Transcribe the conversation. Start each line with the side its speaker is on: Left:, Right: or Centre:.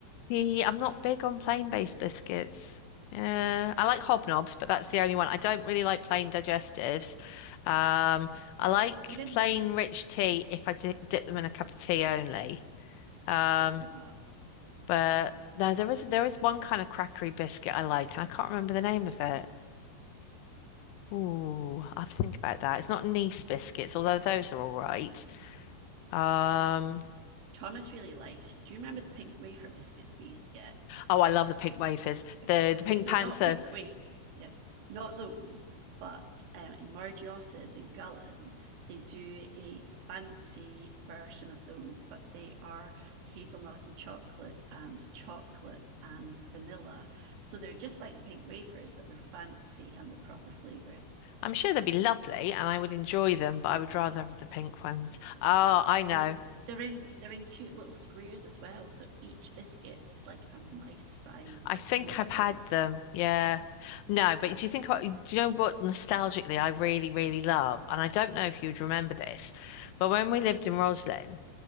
Left: See, I'm not big on plain-based biscuits. Uh, I like hobnobs, but that's the only one. I don't really like plain digestives. Um, I like
Right: Even
Left: plain rich tea if I di dip them in a cup of tea only. Um,
Right: absolutely not.
Left: but no, there is there is one kind of crackery biscuit I like, and I can't remember the name of it. Ooh, I have to think about that. It's not Nice biscuits, although those are all right. Um,
Right: Thomas really likes. Do you remember the pink wafer biscuits we used to get?
Left: oh, I love the pink wafers.
Right: Okay.
Left: The the Pink
Right: So
Left: Panther
Right: not pink wheat. Yeah. Not those. But um, in Margiotta's in Gullin, they do a fancy version of those, but they are hazelnut and chocolate and chocolate and vanilla. So they're just like the pink wafers, but they're fancy and they're proper flavors.
Left: I'm sure they'd be lovely and I would enjoy them, but I would rather have the pink ones. Oh, I know.
Right: And they're in they're in cute little squares as well. So each biscuit is like a mouth-sized
Left: I think
Right: morsel.
Left: I've had them. Yeah. No, but do you think, do you know what nostalgically I really, really love? And I don't know if you would remember this, but when we lived in Roslyn,